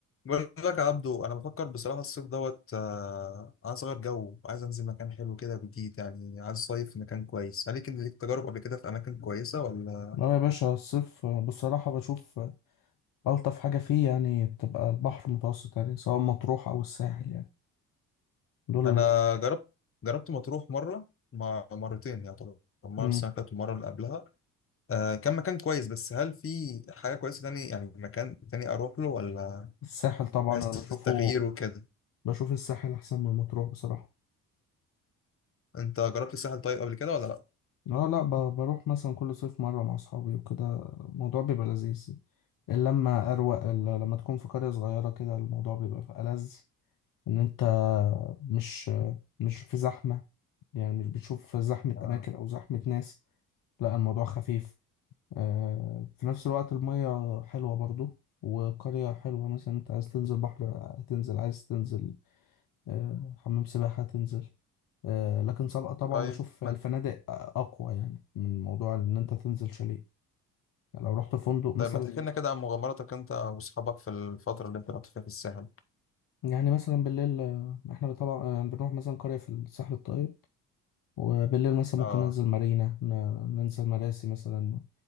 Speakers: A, on the left (about 30°); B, on the left (about 45°).
A: بقول لك يا عبدو انا بفكر بصراحه الصيف دوت آه، عايز اغير جو عايز انزل مكان حلو كده جديد يعني عايز صيف في مكان كويس هل كان ليك تجارب قبل كده في اماكن كويسه ولا
B: اه يا باشا الصيف بصراحة بشوف ألطف حاجة فيه يعني بتبقى البحر المتوسط يعني سواء مطروح أو الساحل يعني دول
A: انا جربت جربت مطروح مره ما مرتين يعتبر مره
B: مم.
A: السنه اللي فاتت والمره اللي قبلها آه كان مكان كويس بس هل في حاجه كويسه تاني يعني مكان تاني اروح له ولا
B: الساحل طبعا
A: بس
B: أنا بشوفه
A: التغيير وكده
B: بشوف الساحل أحسن من مطروح بصراحة
A: انت جربت الساحل طيب قبل كده ولا لا
B: اه لا ب- بروح مثلا كل صيف مرة مع أصحابي وكده الموضوع بيبقى لذيذ اللمة أروق ال- لما تكون في قرية صغيرة كده الموضوع بيبقى ألذ إن أنت مش مش في زحمة يعني مش بتشوف زحمة
A: آه.
B: أماكن أو زحمة ناس لا الموضوع خفيف آه، في نفس الوقت المية حلوة برضو وقرية حلوة مثلا انت عايز تنزل بحر هتنزل عايز تنزل آه، حمام سباحة هتنزل آه، لكن سبق طبعا
A: طيب
B: بشوف
A: ما
B: الفنادق أقوى يعني من موضوع إن أنت تنزل شاليه يعني لو رحت فندق مثلا
A: ما تحكي لنا كده عن مغامراتك انت واصحابك في الفتره اللي انت رحت فيها في الساحل
B: يعني مثلا بالليل آه، احنا طبعا يعني بنروح مثلا قرية في الساحل الطيب وبالليل مثلا
A: اه
B: ممكن ننزل مارينا ن- ننزل مراسي مثلا